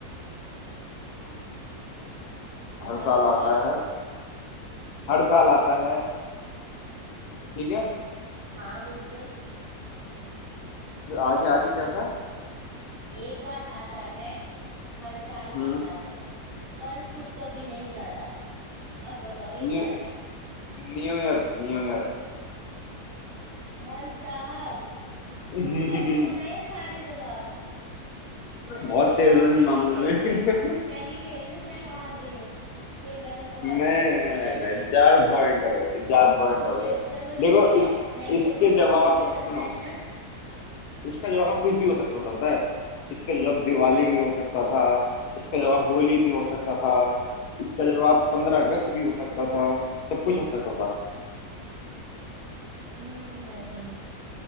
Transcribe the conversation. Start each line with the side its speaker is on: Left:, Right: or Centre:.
Left: हाँ,
Right: बताओ
Left: हर साल
Right: बताओ
Left: आता है हर साल आता है ठीक है
Right: हाँ बिल्कुल
Left: फिर आगे आगे क्या था
Right: एक बार आता है हर साल
Left: हम्म
Right: आता है पर खुद कभी नहीं जाता अब बताओ ये क्या
Left: new
Right: है
Left: new year new year
Right: भाई साहब
Left: <laughs>
Right: तुम्हें कैसे पता है ये सारे जवाब अरे
Left: बहुत
Right: यार
Left: तेज हूँ
Right: मैं
Left: इस मामले
Right: नहीं खेल
Left: में
Right: रही
Left: <laughs>
Right: मैं नहीं खेल रही मैं हार रही हूँ ये गलत बात
Left: नहीं
Right: है
Left: नहीं
Right: मैं नहीं
Left: नहीं
Right: खेल
Left: चार
Right: रही
Left: पॉइंट हो गए चार पॉइंट
Right: नहीं
Left: हो गए
Right: चलो
Left: देखो
Right: ठीक है
Left: इस
Right: नहीं
Left: इसके
Right: देखो दोस्ती
Left: जवाब
Right: में चलता
Left: सुनो
Right: है इतना
Left: इसका जवाब कुछ भी हो सकता था पता है इसका जवाब दिवाली भी हो सकता था इसका जवाब होली भी हो सकता था इसका जवाब पंद्रह अगस्त भी हो सकता था सब कुछ हो सकता था
Right: हम्म नहीं